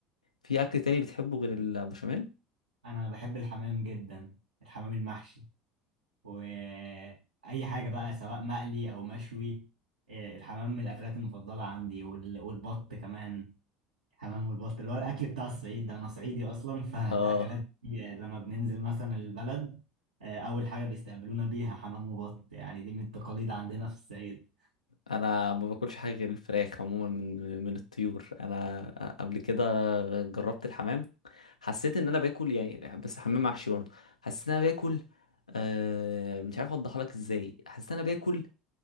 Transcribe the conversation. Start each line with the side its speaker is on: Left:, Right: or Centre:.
Left: في اكل تاني بتحبه غير البشاميل
Right: انا بحب الحمام جدا الحمام المحشي واي حاجه بقى سواء مقلي او مشوي آه، الحمام من الاكلات المفضله عندي وال- والبط كمان الحمام والبط اللي هو الاكل بتاع الصعيد ده انا صعيدي اصلا <laughs> فالاكلات
Left: اه
Right: دي آه، لما بننزل مثلا البلد آه، اول حاجه بيستقبلونا بيها حمام وبط يعني دي من التقاليد عندنا في الصعيد
Left: انا ما باكلش حاجه غير الفراخ عموما من من الطيور انا قبل كده جربت الحمام حسيت ان انا باكل يعني بس حمام محشي برضه حسيت ان انا باكل آه مش عارف اوضحها لك ازاي حسيت ان انا باكل